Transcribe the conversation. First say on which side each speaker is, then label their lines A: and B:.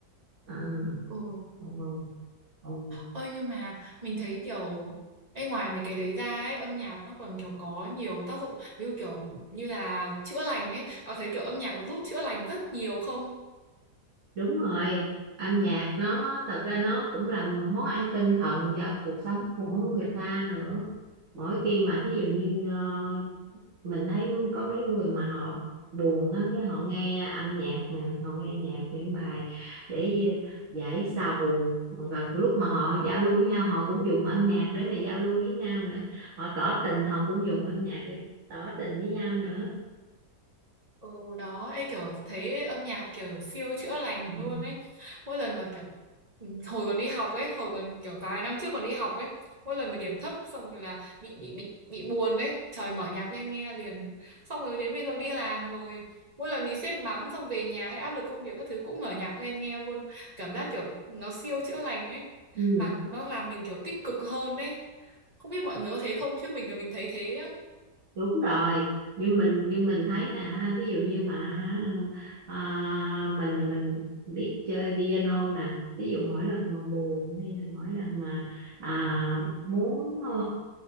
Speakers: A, on the right; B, on the right.
A: à,
B: Ừ.
A: ờ, ờ.
B: Ơi nhưng mà mình thấy kiểu Ê, ngoài mấy cái đấy ra ấy, âm nhạc nó còn kiểu có nhiều tác dụng ví dụ kiểu như là chữa lành ấy. Có thấy kiểu âm nhạc nó giúp chữa lành rất nhiều không?
A: đúng rồi âm nhạc nó thật ra nó cũng là món ăn tinh thần cho cuộc sống của người ta nữa mỗi khi mà thí dụ như ờ, mình thấy có mấy người mà họ buồn á cái họ nghe âm nhạc nè họ nghe nhạc những bài để giải sầu và lúc mà họ giao lưu với nhau họ cũng dùng âm nhạc để mà giao lưu với nhau nữa họ tỏ tình họ cũng dùng âm nhạc để tỏ tình với nhau nữa
B: Ừ đó, ấy kiểu thấy âm nhạc kiểu siêu chữa lành
A: Ừ.
B: luôn ấy. Mỗi lần mà kiểu ừ, hồi còn đi học ấy, hồi còn kiểu vài năm trước còn đi học ấy, mỗi lần mà điểm thấp xong rồi là bị bị bị bị buồn ấy, trời mở nhạc lên nghe liền. Xong rồi đến bây giờ đi làm rồi, mỗi lần bị sếp mắng xong về nhà hay áp lực công việc các thứ cũng mở nhạc lên nghe luôn. Cảm giác kiểu nó siêu chữa lành ấy,
A: Ừ.
B: mà nó làm mình kiểu tích cực hơn ấy. Không biết mọi người có thế không chứ mình là mình thấy thế
A: đúng rồi nhưng mình nhưng mình thấy là ví dụ như mà à, mình là mình biết chơi piano nè ví dụ mỗi lần mà buồn hay là mỗi lần mà à, muốn ờ,